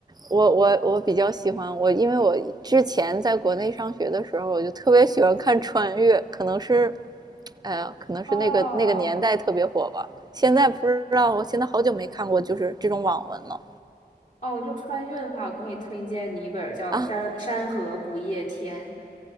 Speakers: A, on the right; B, on the left.
A: 我我我比较喜欢我，因为我之前在国内上学的时候，我就特别喜欢看穿越，可能是，哎呀，可能是那个那个年代特别火吧。
B: 哦
A: 现在不知道，我现在好久没看过就是这种网文了
B: 哦，就穿越的话，我可以推荐你一本叫《山山河不夜天》，
A: 啊，